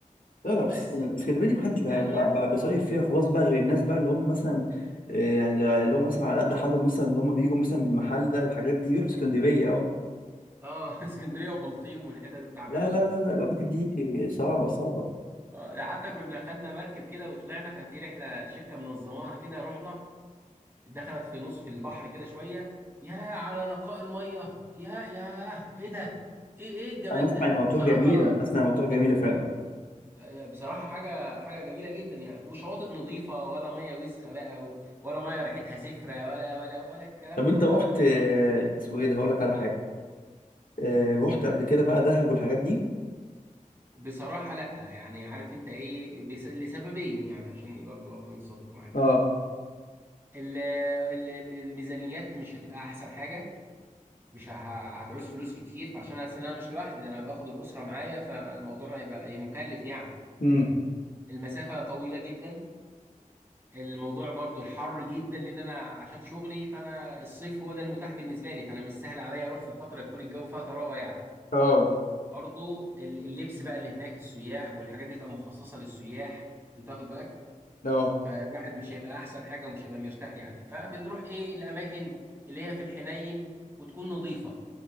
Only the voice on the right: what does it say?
بس
التانية
اه <laughs> اسكندريه وبلطيم والحتت التعبانه
دي
آه، حتى كنا خدنا مركب كده وطلعنا كان في رحله شركه منظماها كده رحنا دخلت في نص في البحر كده شويه يا على نقاء الميه يا يا ايه ده ايه ايه الجمال
ده
بصراحه
آه، بصراحه حاجه حاجه جميله جدا يعني وشواطئ نظيفه ولا ميه وسخه بقى ولا ميه ريحتها زفره ولا ولا ولا الكلام
الفض
ده كله
يا راجل.
بصراحه لا يعني عارف انت ايه بس- لسببين يعني عشان برضو اكون صادق معاك
ال- ال- ال- الميزانيات مش هتبقى احسن حاجه مش ه- هتعوز فلوس كتير فعشان أصل انا مش لوحدي ده انا باخد الاسره معايا فالموضوع هيبقى هي مكلف يعني
المسافه طويله جدا الموضوع برضو الحر جدا لان انا عشان شغلي فانا الصيف هو ده المتاح بالنسبه لي فانا مش سهل عليا اروح في فتره يكون الجو فيها طراوه يعني
برضو ال- اللبس بقى اللي هناك السياح والحاجات دي تبقى مخصصه للسياح انت واخد بالك
فالواحد مش هيبقى احسن حاجه ومش هيبقى مرتاح يعني فبنروح ايه الاماكن اللي هي في الحنين وتكون نظيفه